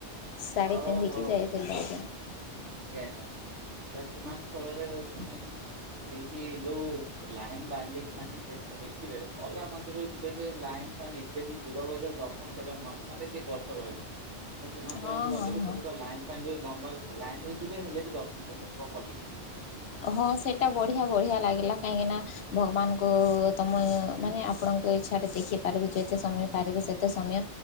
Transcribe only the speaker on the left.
ଶାଢ଼ୀ
ପିନ୍ଧିକି ଯାଇଥିଲୁ ଆଜ୍ଞା।
ହଁ ହଁ
ହଁ
ହଁ ସେଟା ବଢିଆ ବଢିଆ ଲାଗିଲା କାହିଁକିନା ଭଗବାନଙ୍କୁ-ଉ-ଉ ତମେ ମାନେ ଆପଣଙ୍କ ଇଚ୍ଛା ରେ ଦେଖିପାରିବି ଯେତେ ସମୟ ପାରିବେ ସେତେ ସମୟ